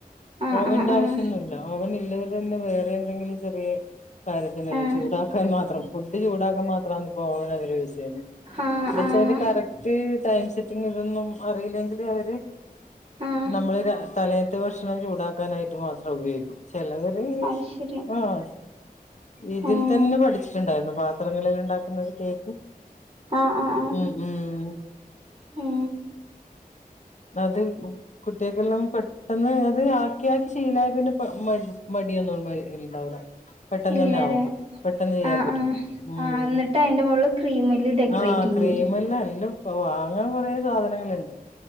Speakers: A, on the right (about 40°); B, on the left (about 50°).
A: ആഹ്
B: ഓവന്റെ
A: ആഹ്
B: ആവശ്യോന്നില്ല ഓവൻ ഇല്ലതെ തന്നെ വേറെന്തെങ്കില് ചെറിയെ കാര്യത്തിന്
A: ആഹ്
B: ചൂടാക്കാൻ മാത്രം ഫുഡ് ചൂടാക്കാൻ മാത്രാന്ന് പ്പോ ഓവൻ അവര് യൂസ് ചെയ്യുന്നെ
A: ആഹ്
B: ഇല്ലാച്ച
A: ആഹ് ആഹ്
B: അതിന്റെ കറക്റ്റ് ടൈം സെറ്റിങു തൊന്നും അറിയില്ലെങ്കില് അവര്
A: ആഹ് ആഹ്
B: നമ്മള് രാ തലേത്ത ഭക്ഷണം ചൂടാക്കാനായിട്ട് മാത്രം ഉപയോഗിക്കൂ ചെലവര്
A: അത് ശരി
B: ആഹ് ഇതിൽ
A: ആഹ്
B: തന്നെ പഠിച്ചിട്ടുണ്ടാരുന്നു പാത്രങ്ങളിൽ ഉണ്ടാക്കുന്നത് കേക്ക്
A: ആഹ് ആഹ് ആഹ്
B: ഉം ഉംഊമ്
A: ഹൂം
B: അത് കുട്ടികക്ക്ള്ളതും പെട്ടെന്ന് അത് ആക്കി ആക്കി ശീലായ് പിന്നെ പ മട് മടിയൊന്നു ണ്ടാവൂല്ല. പെട്ടെന്നെ
A: ഇല്ല്യല്ലേ
B: ന്നാവും പെട്ടെന്ന് ചെയ്യാൻ
A: ആഹ്
B: പറ്റും
A: ആഹ്
B: ഉം.
A: ആഹ് എന്നിട്ട് അതിന്റെ മോളില് ക്രീമില് ഡെക്കറേറ്റ്
B: ആഹ്
A: ചെയ്യ
B: ക്രീമ് പ്പല്ല എല്ലോം പ്പ വാങ്ങാൻ കൊറേ സാധനങ്ങള്ണ്ട്